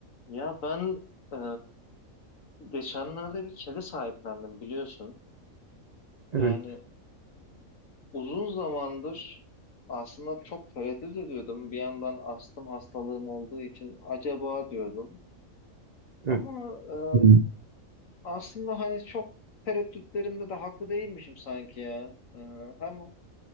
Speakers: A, on the left; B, on the right.
A: Ya ben e, geçenlerde bir kedi sahiplendim biliyorsun. Yani
B: Evet,
A: uzun zamandır aslında çok tereddüt ediyordum. Bir yandan astım hastalığım olduğu için acaba diyordum.
B: evet.
A: Ama e,
B: Hı.
A: aslında hani çok tereddütlerimde de haklı değilmişim sanki ya. E, hem